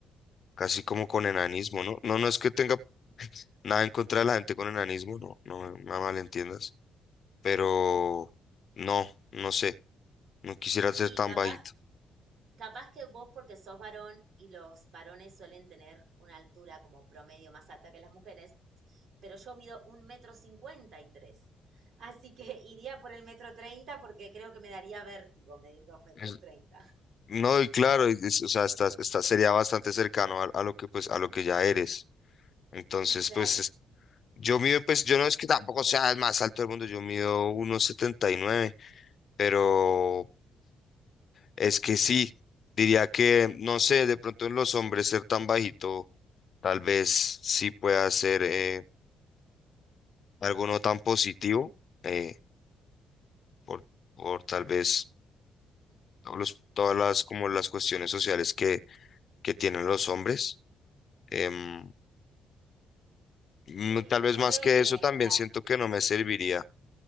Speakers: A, on the left; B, on the right.
A: casi como con enanismo, ¿no? No, no es que tenga nada en contra de la gente con enanismo, no, no me, me malentiendas, pero no, no sé, no quisiera ser
B: Y
A: tan
B: capaz,
A: bajito.
B: capaz que vos porque sos varón y los varones suelen tener una altura como promedio más alta que las mujeres, pero yo mido un metro cincuenta y tres. Así que <laughs> iría por el metro treinta porque creo que me daría vértigo medir dos metros
A: Es-
B: treinta.
A: No, y claro, y es- o sea, estás, estás- sería bastante cercano a, a lo que pues a lo que ya eres. Entonces,
B: <laughs> Claro,
A: pues es- yo mido, pues yo no es que tampoco sea el más alto del mundo, yo mido uno setenta y nueve pero Es que sí, diría que, no sé, de pronto en los hombres ser tan bajito, tal vez sí pueda ser eh, algo no tan positivo, eh, por, por tal vez todos los- todas las, como las cuestiones sociales que, que tienen los hombres. Em, mm,
B: sí.
A: tal
B: Yo
A: vez más
B: creo
A: que
B: que,
A: eso también
B: claro,
A: siento que no me serviría,